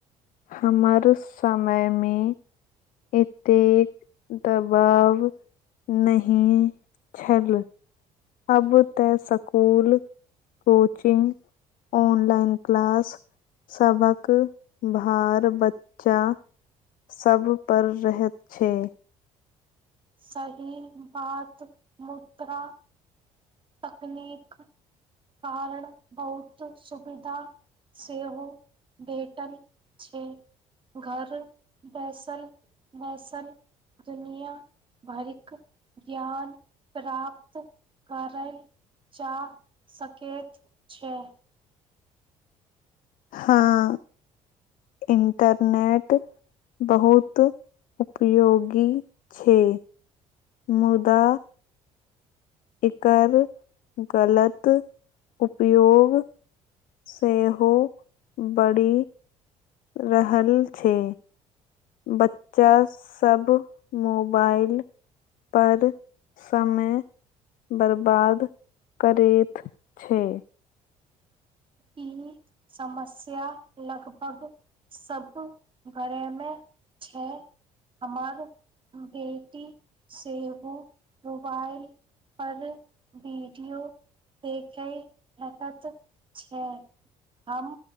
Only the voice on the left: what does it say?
हमर समय मे एतेक दबाव नहि छल। अब ते सकुल, कोचिंग, ऑनलाइन क्लास सबक भार बच्चा सब पर रहत छै।
हाँ इंटरनेट बहुत उपयोगी छै, मुदा एकर गलत उपयोग सेहो बढ़ि रहल छै। बच्चा सब मुबाएल पर समय बर्बाद करैत छै।